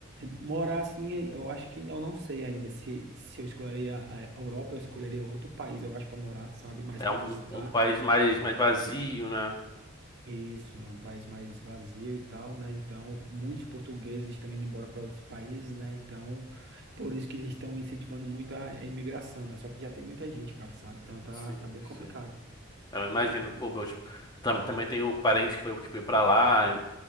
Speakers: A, on the right; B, on the left.
A: Morar assim, é, eu acho que eu não sei ainda se, se eu escolheria a a Europa, eu escolheria outro país, eu acho, para morar, sabe? mais
B: É
A: para
B: um,
A: visitar.
B: um, um país mais, mais vazio, né?
A: Isso, é um país mais vazio e tal, né? Então, muitos portugueses estão indo embora para outros países, né? Então, por isso que eles estão incentivando muito a a imigração, né? Só que já tem muita gente, cara, sabe? Então, tá,
B: Sim,
A: tá bem complicado.
B: sim. Eu imagino. Pô, meus, também, também tenho parentes que foi, que foi pra lá e